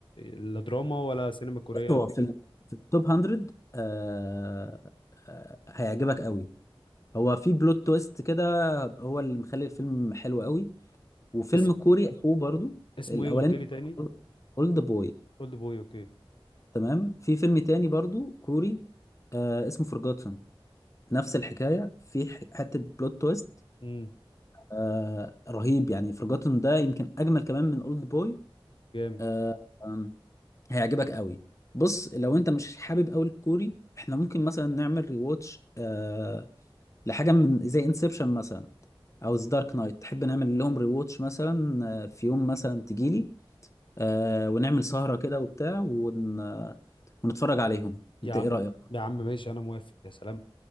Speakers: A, on the left; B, on the left.
A: لا دراما ولا سينما كوريه
B: هو
A: قد
B: في
A: كده
B: ال- في التوب 100 آه آه هيعجبك قوي هو في بلوت تويست كده هو اللي مخلي الفيلم حلو قوي وفيلم
A: اس...
B: كوري اخوه برضو
A: اسمه
B: الاولاني
A: ايه قلت لي تاني
B: اولد بوي
A: اولد بوي اوكي
B: تمام في فيلم تاني برضو كوري آه اسمه فورجوتن نفس الحكايه في ح- حته بلوت تويست
A: امم
B: آه رهيب يعني فورجوتن ده يمكن اجمل كمان من اولد بوي
A: جامد
B: آه آم، هيعجبك قوي بص لو انت مش حابب قوي الكوري احنا ممكن مثلا نعمل ريواتش آه لحاجه من زي انسبشن مثلا او ذا دارك نايت تحب نعمل لهم ريواتش مثلا آه، في يوم مثلا تجيلي آه ونعمل سهرة كده وبتاع ون... آه، ونتفرج عليهم
A: يا
B: انت
A: عم
B: ايه رأيك
A: يا عم ماشي انا موافق يا سلام